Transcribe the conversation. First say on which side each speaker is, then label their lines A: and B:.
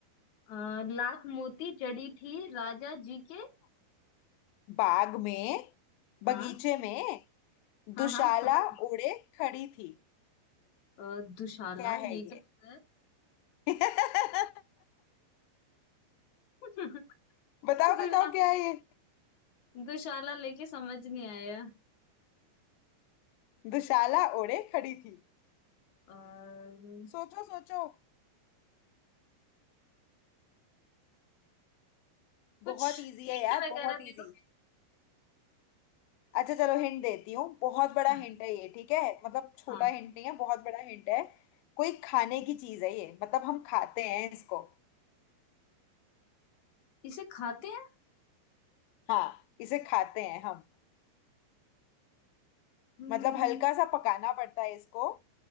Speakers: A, on the left; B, on the left.
A: अ, लाख मोती जड़ी थी राजा जी के
B: बाग में बगीचे
A: हाँ
B: में
A: हाँ
B: दुशाला
A: हाँ समझ गई
B: ओढ़े खड़ी थी
A: अ, दुशाला
B: क्या है
A: ये
B: ये
A: क्या होता है
B: <laughs>
A: <laughs>
B: बताओ
A: दुशाला
B: बताओ क्या है ये
A: दुशाला लेके समझ नहीं आया
B: दुशाला ओढ़े खड़ी थी
A: और
B: सोचो सोचो बहुत
A: कुछ
B: इजी
A: हिंट
B: है यार
A: वगैरह
B: बहुत इजी
A: दे दो
B: अच्छा चलो हिंट देती हूँ बहुत बड़ा
A: हाँ
B: हिंट है ये ठीक है मतलब छोटा
A: हाँ
B: हिंट नहीं है बहुत बड़ा हिंट है कोई खाने की चीज है ये मतलब हम खाते हैं इसको
A: इसे खाते हैं
B: हाँ इसे खाते हैं हम
A: हम्म,
B: मतलब हल्का सा पकाना पड़ता है इसको